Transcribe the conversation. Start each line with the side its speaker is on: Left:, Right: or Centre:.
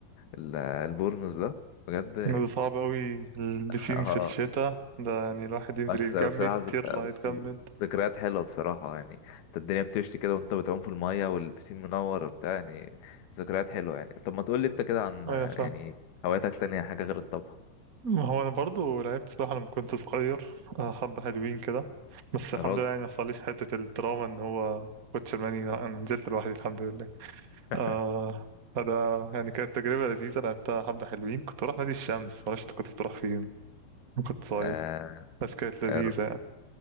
Left: ال البورنوس ده بجد
Right: ده صعب قوي البسين
Left: <laughs> اه
Right: في الشتاء ده يعني الواحد ينزل
Left: بس
Right: يتجمد
Left: بصراحة ز-
Right: يطلع
Left: بس
Right: يتجمد
Left: ذكريات حلوة بصراحة يعني انت الدنيا بتشتي كده وانت بتعوم في المية والبسين منور وبتاع يعني ذكريات حلوة يعني طب ما تقول لي انت كده عن
Right: ايوه صح.
Left: يعني هواياتك تانية حاجة غير الطبخ
Right: ما هو انا برضو لعبت سباحه لما كنت صغير آه، حبه حلوين كده بس الحمد
Left: يا راجل
Right: لله يعني ما حصليش حته التراuma ان هو كنت شرماني لا، انا نزلت لوحدي الحمد لله
Left: <laughs>
Right: آه فده يعني كانت تجربه لذيذه لعبتها حبه حلوين كنت بروح نادي الشمس معرفش انت كنت بتروح فين لما كنت صغير
Left: آه
Right: بس كانت لذيذه
Left: آه،
Right: يعني